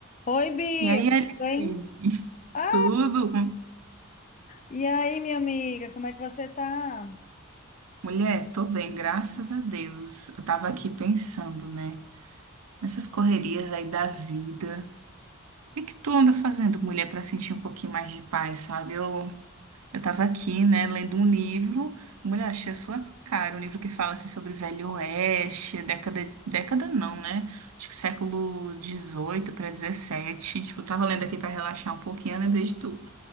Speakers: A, on the left; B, on the right.
A: Oi, Bia,
B: E aí,
A: tudo
B: Aline?
A: bem?
B: <laughs>
A: Ah,
B: Tudo?
A: e aí, minha amiga, como é que você tá?
B: Mulher, tô bem, graças a Deus. Eu tava aqui pensando, né? Nessas correrias aí da vida. O que que tu anda fazendo, mulher, pra sentir um pouquinho mais de paz, sabe? Eu, eu tava aqui, né, lendo um livro. Mulher, achei a sua cara. Um livro que fala, assim, sobre Velho Oeste, década... Década não, né? Acho que século dezoito para dezessete. Tipo, eu tava lendo aqui pra relaxar um pouquinho, eu lembrei de tu.